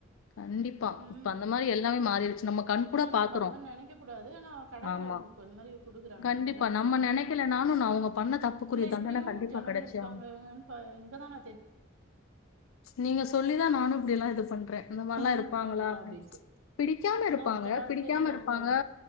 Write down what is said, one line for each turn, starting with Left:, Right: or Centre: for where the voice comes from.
Left: கண்டிப்பா
Right: ம்
Left: இப்ப அந்த மாரி எல்லாமே மாறிருச்சு நம்ம கண் கூடா
Right: ஆனா நம்ம
Left: பாக்குறோ
Right: அந்த மாரி நெனைக்க கூடாது ஆனா கடவுள்
Left: ஆமா
Right: அவங்களுக்கு அந்த மாரி குடுக்குறாங்க
Left: கண்டிப்பா
Right: என்ன பண்றது
Left: நம்ம நெனைக்கலனாலு நா அவுங்க பண்ண தப்புக்குரிய
Right: இல்ல
Left: தண்டன
Right: இப்டியும்
Left: கண்டிப்பா
Right: ஜனங்க
Left: கெடச்சே
Right: இருக்காங்கன்னு
Left: ஆவனு
Right: பா இங்கதா நா
Left: நீங்க சொல்லிதா நானு இப்டியெல்லா இது பண்றே அந்த
Right: தெரிஞ்சுக்காம
Left: மாரிலா இருப்பாங்களா
Right: இருக்குவாங்களா அப்டின்ட்டு
Left: பிடிக்காம இருப்பாங்க
Right: ஏதோ அந்த காலத்துல
Left: பிடிக்காம
Right: இருக்குவாங்க
Left: இருப்பாங்க
Right: அப்டி